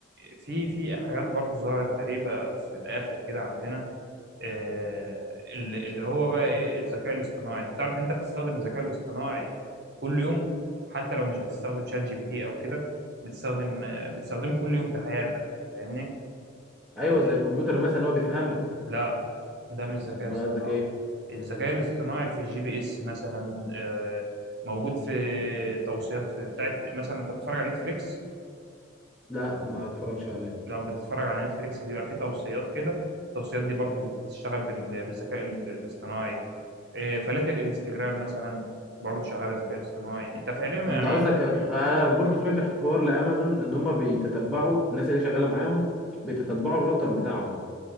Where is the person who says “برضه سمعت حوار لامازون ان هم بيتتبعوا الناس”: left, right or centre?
Centre